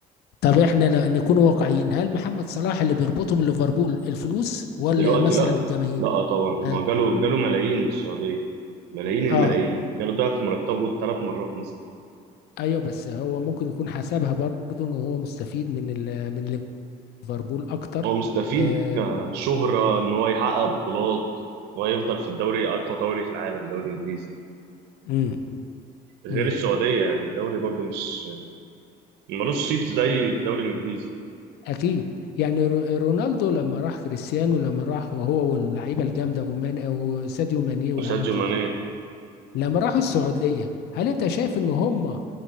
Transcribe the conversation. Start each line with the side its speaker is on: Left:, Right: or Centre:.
Left: طب احنا لو نكون واقعيين هل محمد صلاح اللي بيربطه بليفربول الفلوس ولا
Right: دلوقتي
Left: مثلا
Right: لا
Left: الجماهير؟
Right: لا طبعا
Left: اه
Right: ما جاله جاله ملايين من السعوديه ملايين مم.
Left: اه
Right: الملايين جاله ضعف مرتبه ثلاث مرات مثلا
Left: ايوه بس هو ممكن يكون حسبها برضه ان هو مستفيد من ال من ليفربول اكتر
Right: هو مستفيد
Left: آه.
Right: كشهره ان هو يحقق بطولات ويفضل في الدوري اقوى دوري في العالم دوري انجليزي
Left: امم
Right: غير
Left: امم
Right: السعوديه يعني الدوري برضه مش ملوش صيت زي الدوري الانجليزي
Left: اكيد يعني رو- رونالدو لما راح كريستيانو لما راح وهو واللعيبه الجامده ومان او ساديو ماني والعالم
Right: ساديو
Left: دي
Right: ماني
Left: لما راحوا السعوديه هل انت شايف ان هم آه،